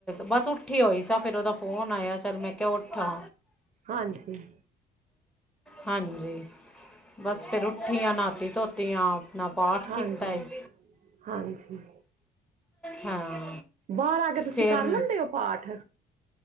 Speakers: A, in the centre; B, on the right (about 45°).
A: ਬਸ ਉਠੀ ਹੋਈ ਸਾਂ ਫੇਰ ੳਦਾ ਫੋਨ ਆਏਆ ਚੱਲ ਮੈਂ ਕਿਆ ਉਠਾਂ
B: ਹਾਂਜੀ।
A: ਹਾਂਜੀ, ਬਸ ਫੇਰ ਉਠੀ ਆਂ, ਨਾਤੀ ਧੋਤੀ ਆਂ ਨਾ ਪਾਠ
B: ਹਾਂਜੀ
A: ਕੀਤਾ ਏ,
B: ਹਾਂਜੀ
A: ਹਾਂ।
B: ਬਾਰ ਆ ਕੇ ਤੁਸੀਂ
A: ਫਿਰ
B: ਕਰ ਲੈਂਦੇ ਓ ਪਾਠ?